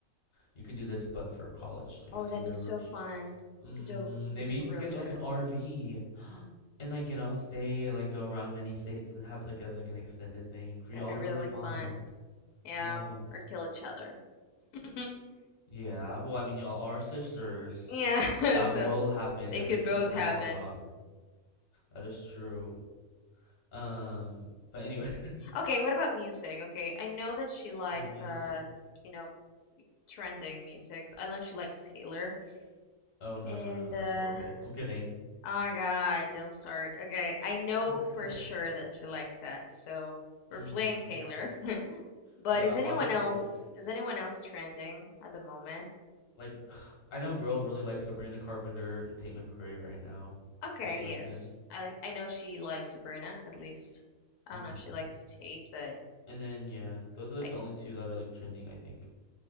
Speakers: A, on the left; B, on the left.
A: You can do this, but for college, like
B: Oh,
A: a senior
B: that'd be so
A: road.
B: fun.
A: Mm-hmm.
B: We could do we
A: Maybe
B: could do
A: you
B: a
A: can
B: road
A: get like
B: trip.
A: an RV and like you know stay and like go around many states and have it like as like an extended thing for
B: That'd
A: y'all
B: be
A: to
B: really
A: really bond.
B: fun. Yeah,
A: Yeah.
B: or kill each other. <laughs>
A: Yeah, well, I mean, y'all are sisters.
B: Yeah, <laughs>
A: That
B: so
A: will happen
B: they
A: every
B: could
A: single
B: both
A: time
B: happen.
A: y'all talk. That is true. Um, but anyway.
B: Okay, what about music? Okay, I know that she
A: <laughs>
B: likes
A: oh, music.
B: uh, you know, trending music. I know she likes Taylor.
A: Oh, no,
B: And
A: no, no.
B: uh
A: That's horrible.
B: oh
A: I'm kidding. <laughs>
B: my God, don't start. Okay, I know
A: Okay.
B: for sure that she likes that, so we're
A: Mm-hmm.
B: playing Taylor. <laughs> But
A: Yeah,
B: is
A: a lot
B: anyone
A: of
B: else
A: Taylor.
B: is anyone else trending at the moment?
A: Like, <sighs> I know girls really like Sabrina Carpenter and Tate McRae right now.
B: Okay,
A: Does she
B: yes.
A: like them?
B: I I know she likes Sabrina, at least. I
A: Mm-hmm.
B: don't know if she likes Tate, but
A: And then, yeah, those are like
B: like
A: the only two that are like trending, I think.